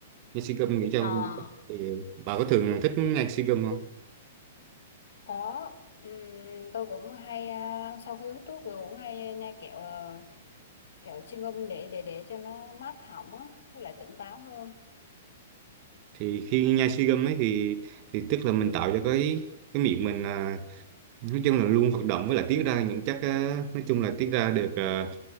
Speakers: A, on the right; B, on the left.
A: nhai si gum nghĩ cho
B: à,
A: thì bà có thường thích nhai si gum không
B: có Ừm, tôi cũng hay à, sau khi hút thuốc thì cũng hay nhai kẹo à, kẹo chewing gum để để để cho nó mát họng á với lại tỉnh táo hơn
A: thì khi nhai si gum ấy thì thì tức là mình tạo cho cái cái miệng mình à, nói chung là luôn hoạt động với lại tiết ra những chất á, nói chung là tiết ra được ờ,